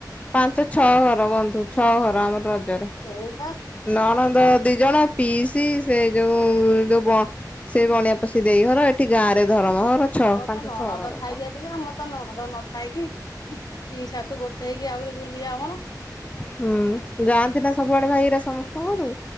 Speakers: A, on the left; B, on the left.
A: ପାଞ୍ଚ ଛଅ ଘର ବନ୍ଧୁ ଛଅ ଘର ଆମର ରଜରେ।
B: ହଁ <inaudible>
A: ନଣନ୍ଦ ଦି ଜଣ ପିଇସି ସେ ଯୋଉ ଯୋଉ ସେଇ ବଣିଆ ପଶି ଦେଇ ଘର ଏଠି ଗାଁ ରେ ଧରମ ଘର। ଛଅ
B: ତୋର
A: ପାଞ୍ଚ
B: ତ ନଣଦ
A: ଛଅ ଘର
B: ଥାଇକି
A: ପା।
B: ଏତିକି ଆମ ତ ନଣଦ ନ ଥାଇ କି ପିଇସି ଶାଶୁ ଗୋଟେ ହେଇକି ଆହୁରି ଦୁର୍ନିଆ ଆମର।
A: ହୁଁ ଯାଆନ୍ତି ନା ସବୁଆଡେ ଭାଇହେରା ସମ କରୁ